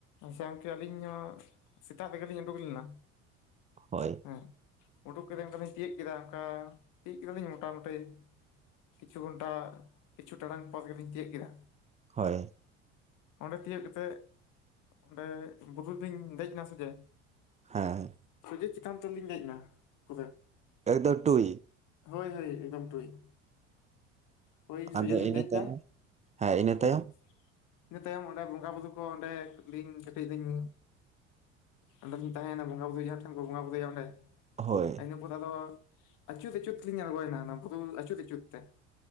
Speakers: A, on the left; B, on the right.
A: ᱟᱪᱪᱷᱟ ᱜᱚᱝᱠᱮ ᱟᱹᱞᱤᱧ ᱦᱚᱸ ᱥᱮᱛᱟᱜ ᱨᱮᱜᱮᱞᱤᱧ ᱩᱸᱰᱩᱠ ᱞᱮᱱᱟ
B: ᱦᱳᱭ᱾
A: ᱦᱮᱸ ᱩᱸᱰᱩᱠ ᱠᱟᱛᱮᱜ ᱚᱝᱠᱚ ᱞᱤᱧ ᱛᱤᱭᱚᱜ ᱠᱮᱫᱟ ᱚᱱᱠᱟ ᱛᱤᱭᱚᱜ ᱠᱮᱫᱟᱞᱤᱧ ᱢᱚᱴᱟᱢᱩᱴᱤ᱾ ᱠᱤᱪᱷᱩ ᱜᱷᱚᱱᱴᱟ ᱠᱤᱪᱷᱩ ᱴᱟᱲᱟᱝ ᱯᱚᱨ ᱜᱮᱞᱤᱧ ᱛᱤᱭᱳᱜ ᱠᱮᱫᱟ᱾
B: ᱦᱳᱭ᱾
A: ᱚᱸᱰᱮ ᱛᱤᱭᱟᱹᱜ ᱠᱟᱛᱮᱜ ᱚᱸᱰᱮ <unintelligible> ᱫᱮᱡ ᱮᱱᱟ ᱥᱮ ᱡᱮ
B: ᱦᱮᱸ
A: ᱟᱹᱰᱤ ᱪᱮᱛᱟᱱ ᱩᱛᱟᱨ ᱞᱤᱧ ᱫᱮᱡ ᱮᱱᱟ ᱯᱚᱨᱮ᱾
B: ᱮᱠᱫᱚᱢ ᱴᱩᱭ
A: ᱦᱳᱭ ᱦᱳᱭ ᱮᱠᱫᱚᱢ ᱴᱩᱭ ᱦᱳᱭ ᱥᱳᱡᱮ
B: ᱟᱫᱚ
A: ᱞᱤᱧ
B: ᱤᱱᱟᱹ
A: ᱫᱮᱡ
B: ᱛᱟᱭᱚᱢ
A: ᱱᱟ
B: ᱦᱮᱸ ᱤᱱᱟᱹ
A: ᱦᱳᱭ,
B: ᱛᱟᱭᱚᱢ
A: ᱤᱱᱟᱹ ᱛᱟᱭᱚᱢ ᱚᱸᱰᱮ ᱵᱚᱸᱜᱟ ᱵᱩᱨᱩ ᱠᱚ ᱚᱸᱰᱮ ᱟᱹᱞᱤᱧ ᱠᱟᱹᱴᱤᱡ ᱞᱤᱧ ᱚᱸᱰᱮᱞᱤᱧ ᱛᱟᱦᱮᱭ ᱱᱟ ᱵᱚᱸᱜᱟ ᱵᱩᱨᱩ ᱡᱟᱦᱟᱸ ᱴᱷᱮᱱ ᱠᱚ ᱵᱚᱸᱜᱟ ᱵᱩᱨᱩᱭᱟ ᱚᱸᱰᱮ,
B: ᱦᱳᱭ,
A: ᱤᱱᱟ. ᱯᱚᱨᱮ ᱫᱚ ᱟᱹᱪᱩᱨ ᱟᱹᱪᱩᱨ ᱛᱮᱞᱤᱧ ᱟᱬᱜᱚᱭᱮᱱᱟ ᱚᱱᱟ ᱵᱩᱨᱩ ᱟᱹᱪᱩᱨ ᱟ. ᱪᱩᱨ ᱛᱮ,